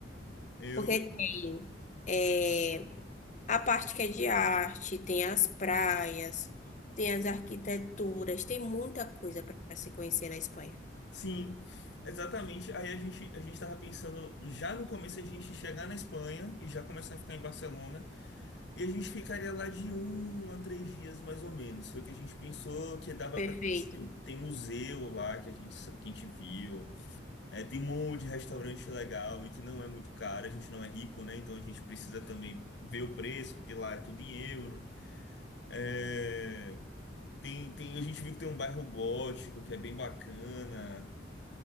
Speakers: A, on the left; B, on the left.
A: Eu.
B: Porque tem eh, a parte que é de arte, tem as praias, tem as arquiteturas, tem muita coisa para se conhecer na Espanha.
A: Sim, exatamente. Aí a gente, a gente tava pensando já no começo a gente chegar na Espanha e já começar a ficar em Barcelona. E a gente ficaria lá de um a três dias mais ou menos. Foi o que a gente pensou que dava
B: Perfeito.
A: para conhecer. Tem museu lá que a gente, que a gente viu. É, tem um monte de restaurante legal e que não é muito caro. A gente não é rico, né? Então a gente precisa também ver o preço, porque lá é tudo em euro. É... Tem, tem, a gente viu que tem um bairro gótico que é bem bacana.